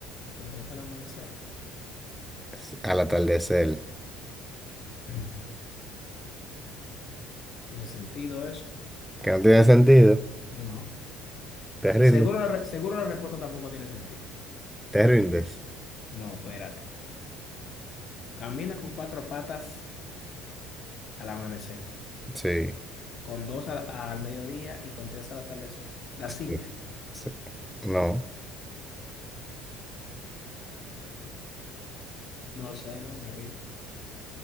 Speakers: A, on the left; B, in the centre.
A: y con tres al amanecer.
B: s- Al atardecer.
A: Mm. ¿Tiene sentido eso?
B: Que no tiene sentido.
A: No.
B: Te rindes.
A: Seguro la, re- seguro la respuesta tampoco tiene sentido.
B: Te rindes.
A: No, espérate. Camina con cuatro patas al amanecer,
B: Sí.
A: con dos al, al mediodía y con tres al atardecer. La
B: sí,
A: silla.
B: sí. No.
A: No sé, no me rindo.